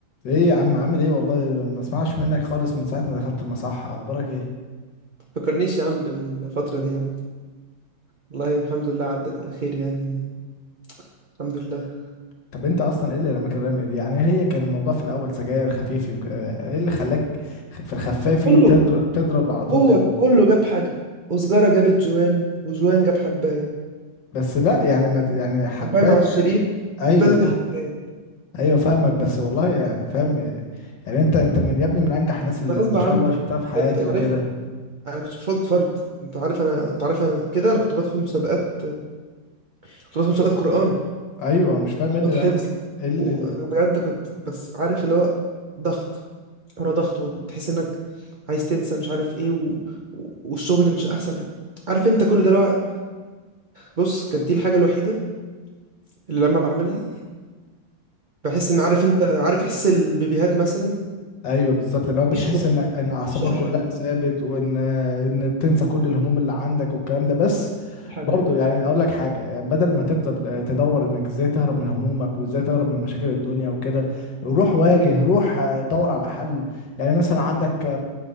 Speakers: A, on the left; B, on the right.
A: ايه يا عم عامل ايه والله ما اسمعش منك خالص من ساعة ما دخلت المصح اخبارك ايه
B: فكرنيش يا عم بالفترة دي يا عم والله الحمد لله عدت على خير يعني الحمد لله
A: طب انت اصلا ايه اللي رماك الرمية دي يعني هي كان الموضوع في الاول سجاير خفيفي وك... آه، ايه اللي خلاك خ- في الخفافي
B: كله
A: تضرب تضرب على طول
B: هو
A: لل...
B: كله جاب حاجة وسجارة جابت جوان وجوان جاب حباية
A: بس لا يعني ما ت- يعني حباية
B: حباية مع الشريف
A: ايوه
B: وابتدت
A: فاهم
B: الحكاية
A: ايوه فاهمك بس والله يعني فاهم يعني انت انت من يا ابني من انجح الناس اللي
B: ده غصب
A: ما
B: عني
A: شاء الله شفتها
B: والله
A: في حياتي
B: انت عارفني
A: وكده
B: انا كنت فاض فرد انت عارف انا انت عارف انا كده انا كنت بدخل مسابقات كنت بدخل مسابقات قرآن
A: ايوه مش فاهم
B: مسابقات
A: ايه اللي رماك
B: حفظ
A: ايه اللي
B: وبجد كنت بس عارف اللي هو ضغط ورا ضغط وتحس انك عايز تنسى مش عارف ايه و... و- والشغل مش احسن عارف انت كل ده اللي هو بص كانت دي الحاجة الوحيدة اللي لما بعملها بحس ان عارف انت عارف احس البيبيهات مثلا
A: ايوه بالظبط اللي هو بتحس
B: مفيش
A: ان ان
B: مفيش
A: اعصابك
B: اي
A: كلها
B: حاجة
A: ثابت وان ان بتنسى كل الهموم اللي عندك والكلام ده بس
B: حاجة
A: برضه يعني اقول لك حاجه يعني بدل ما تفضل آه، تدور انك ازاي تهرب من همومك وازاي تهرب من مشاكل الدنيا وكده روح واجه روح آه، دور على حل يعني مثلا عندك آه،